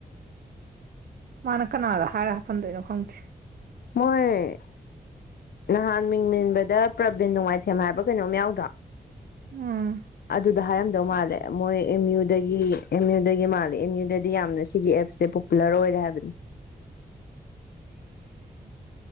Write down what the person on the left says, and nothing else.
ꯃꯣꯏ ꯅꯍꯥꯟ ꯃꯤꯡ ꯃꯦꯟꯕꯗ ꯄ꯭ꯔꯕꯤꯟ ꯅꯣꯡꯃꯥꯏꯊꯦꯝ ꯍꯥꯏꯕ꯭ꯔ ꯀꯩꯅꯣꯝ ꯌꯥꯎꯗ꯭ꯔꯣ
ꯑꯗꯨꯗ ꯍꯥꯏꯔꯝꯗꯧ ꯃꯥꯜꯂꯦ ꯃꯣꯏ ꯑꯦꯝ ꯌꯨꯗꯒꯤ ꯑꯦꯝ ꯌꯨꯗꯒꯤ ꯃꯥꯜꯂꯦ ꯑꯦꯝ ꯌꯨꯗꯗꯤ ꯌꯥꯝꯅ ꯁꯤꯒꯤ ꯑꯦꯞꯁꯦ ꯄꯣꯄꯨꯂꯔ ꯑꯣꯏꯔꯦ ꯍꯥꯏꯕꯅꯤ <inaudible>